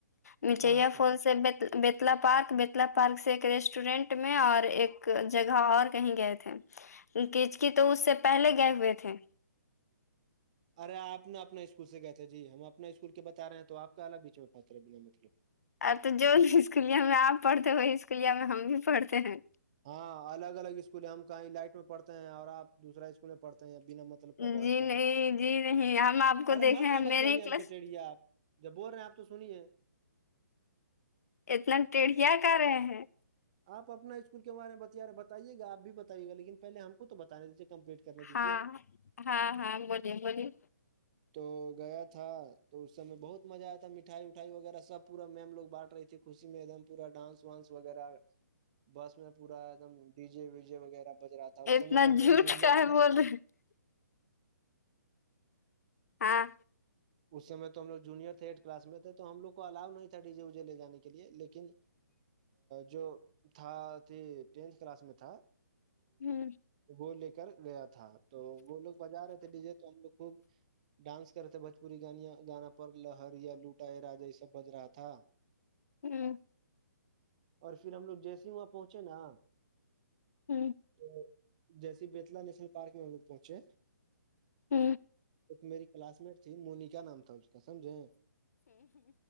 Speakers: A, on the left; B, on the right.
A: میچےیا
B: کہاں تھے
A: فول سے بتلا پارک بیتلا پارک سے ایک ریسٹورینٹ میں اور ایک جگہ اور کہیں گئے تھے کچکی تو اس سے پہلے گئے ہوئے تھے
B: ارے آپ ن اپنا اسکول سے گئے تھے جی ہم اپنا اسکول کے بتا رہے ہیں تو آپ کا الگ بھیچڑ پاتے بنا مطلب
A: اب تو جو اسکولیہ میں آپ پڑھتے ہیں وہی اسکولیہ میں ہم بھی پڑھتے ہیں
B: ہاں الگ الگ اسکول ہے ہم کہیں لائٹ میں پڑھتے ہیں اور آپ دوسا اسکول میں پڑھتے ہیں بنا مطلب کا بحس
A: جی
B: کر
A: نہیں
B: رہے سے
A: جی نہیں ہم آپ کو
B: ارے
A: دیکھے
B: مت
A: ہیں
B: نہ
A: میرے
B: بتئیے
A: ہی
B: ہم
A: کلاس
B: چٹڑیا آپ جب بول رہے ہیں آپ تو سنیے
A: اتنا ٹٹیڑھیا کر رہے ہیں
B: آ اپنا اسکول کے بارے میں بت رہے بتائیے گا آپ بھی بتائیے گا لیکن پہل ہم کو تو بتانے دیے کمپلیٹ کر کرنے دیجیے
A: ہاں ہاں ہاں بولیے بولیے
B: تو گیا تھا تو اس سب میں بہت مزہ آیا تھا مٹھائی اٹھائی وغیرہ سب پور میم لو بٹ رہے تھے خوشی میں ایک دم پورا ڈانس س وغیرہ بس میں پورا ایک دم ڈی جے وی جے وغیرہ بج رہا تھا اس
A: اتنا
B: سم میں تو ہم
A: جھوٹ
B: لوگ جونیت ہیں
A: <inaudible> ہاں
B: اس س تو ہم لوگ جونئر تھے ایٹ کلاس میں تھے تو ہم لوگ کو الاو نہیں تھا ڈی جی وجے ل جانے کے لیے لیکن جو تھا تھی ٹینتھ کلاس میں تھا
A: ہوں
B: وہ لے کر گیا تھا تو وہ لوگ بجا رہے تھے ڈی جے تو ہم لوگ خوب ڈانس کر رہے تھے پوری گان گانا پر لہر یا لوٹا یا راجا یہ سب ظبج رہا تھا
A: ہوں
B: اور پھر ہم لوگ جیسے ہی وہاں پہنچے نا
A: ہ ہ ہ
B: تو جیسے بیتلا نیشنل پارک میں ہم لوگ پہنچے
A: ہ
B: ایک میری کلاس مٹ تھی مونی کیا نام تھا سمجھیں